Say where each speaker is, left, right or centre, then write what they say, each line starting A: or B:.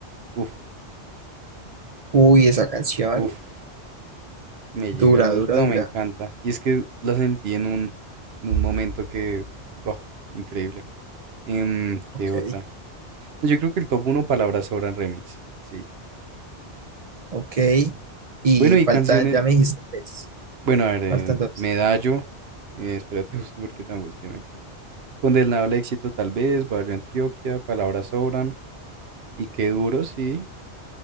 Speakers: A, on the right; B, on the right.
A: Uf,
B: Uy, esa canción.
A: uf. Me
B: Dura,
A: llega el...
B: dura,
A: No,
B: dura.
A: me encanta. Y es que la sentí en un, en un momento que... uf, increíble. Em, ¿qué
B: Ok,
A: otra? Yo creo que el top uno palabras sobran remix. Sí.
B: ok. Y
A: Bueno, y
B: faltan,
A: canciones...
B: ya me dijiste tres.
A: Bueno, a ver, em,
B: Faltan dos.
A: Medallo. eh, espérate, <laughs> busco porque tampoco es que me acuerdo. Condenado al éxito tal vez, Barrio Antioquia, Palabras sobran. Y qué duro, sí.